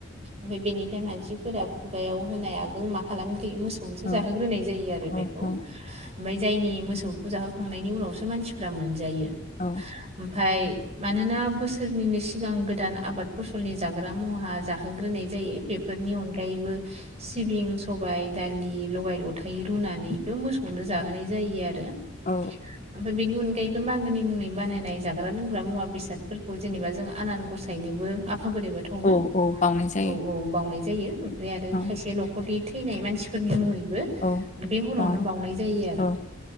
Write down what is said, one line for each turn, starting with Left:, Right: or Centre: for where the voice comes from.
Right: ओफ्राय बेनिफ्राय मानसिफोरा खुगायाव होनाय आगोल मा खालाग्रोयो मो सनोसो
Left: औ
Right: जाहोग्रोनाय जायो आरो
Left: औ
Right: बेखौ
Left: औ
Right: ओमफ्राय जायनि मोसौखौ जाहोखांनायनि उनावसो मानसिफ्रा मोनजायो।
Left: औ।
Right: ओमफ्राय मानोना बोसोरनिनो सिगां गोदान आबाद फसलनि जाग्रा मुवा जाहोग्रोनाय जायो बेफोरनि अनगायैबो सिबिं सबाय दालि लगाय लथाय रुनानैबो मोसौनो जाहोनाय जायो आरो। ओमफ्राय
Left: औ
Right: बेनि उनाव। गायबो मागोनि मुंनि बानायनाय जाग्रा लोंग्रा मुवा बेसादफोरखौ जेनेबा जों आनान गसायनोबो बोरैबाथावनो
Left: औ औ बावनाय जायो
Right: औ औ बावउनाय जायो ओमफ्राय आरो
Left: औ
Right: खायसे न'खरनि थैनाय मानसिफोरनि मुङैनो
Left: औ
Right: बो हरावनो
Left: बाव
Right: बाउनाय जायो आरो
Left: औ